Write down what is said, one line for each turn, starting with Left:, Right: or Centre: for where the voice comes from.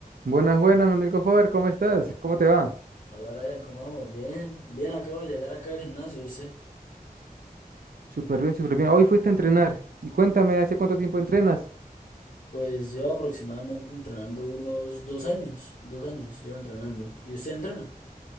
Right: Buenas, buenas, mi amigo Faber, ¿cómo estás? ¿Cómo te va?
Left: Hola Brian, ¿cómo vamos? Bien, bien, acabo de llegar acá al gimnasio, ¿viste?
Right: Súper bien, súper bien. Hoy fuiste a entrenar. Y cuéntame, ¿hace cuánto tiempo entrenas?
Left: Pues llevo aproximadamente entrenando unos dos años, dos años llevo entrenando. ¿Y usted entrena?